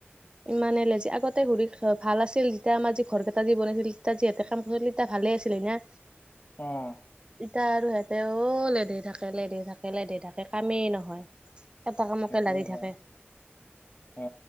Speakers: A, on the right; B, on the left.
A: ইমানে লেজি আগতে ঘূৰি ভাল আছিল যেতিয়া আমাৰ যি ঘৰ কেইটা যি বনাইছিল তেতিয়া যিহঁতে কাম কৰিছিল তেতিয়া ভাল। ভালে আছিলি না।
B: আহ
A: তিতা আৰু সেহেঁতেও লেধে থাকে লেধে থাকে লেধে থাকে কামেই নহয়। এটা কামকে
B: সেইটোয়ে
A: লাগি
B: হয়
A: থাকে।
B: অ